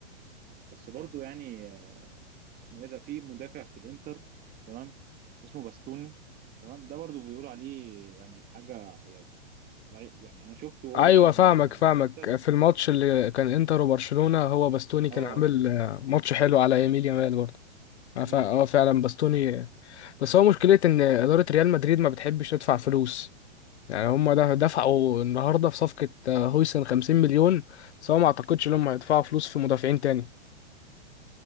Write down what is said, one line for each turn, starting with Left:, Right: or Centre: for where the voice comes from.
Right: بس برضو يعني آه، اسمه ايه ده في مدافع في الانتر تمام اسمه باستوني تمام ده برضو بيقولوا عليه يعني حاجه يعني يعني انا شفته وهو
Left: ايوه
Right: بيلعب
Left: فاهمك
Right: مع مع
Left: فاهمك
Right: الانتر
Left: في الماتش اللي كان انتر وبرشلونة هو باستوني كان
Right: اه
Left: عامل آه، ماتش حلو على يميل يامال برضه اه فا-
Right: امم
Left: اه فعلا باستوني آه، بس هو مشكلة ان ادارة ريال مدريد ما بتحبش تدفع فلوس يعني هم ده دفعوا النهارده في صفقة آه، هويسن 50 مليون بس هو ما اعتقدش انهم هيدفعوا فلوس في مدافعين تاني